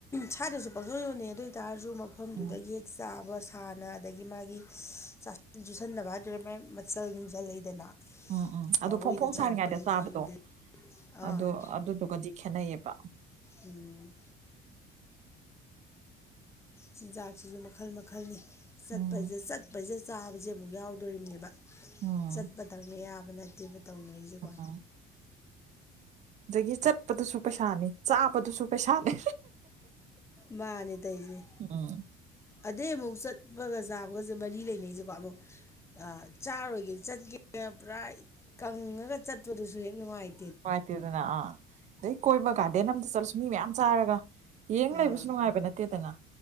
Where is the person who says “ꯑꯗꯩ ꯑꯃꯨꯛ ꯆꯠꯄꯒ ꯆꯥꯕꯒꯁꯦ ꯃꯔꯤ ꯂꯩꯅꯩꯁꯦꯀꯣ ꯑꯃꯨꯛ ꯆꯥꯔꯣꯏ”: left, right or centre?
Left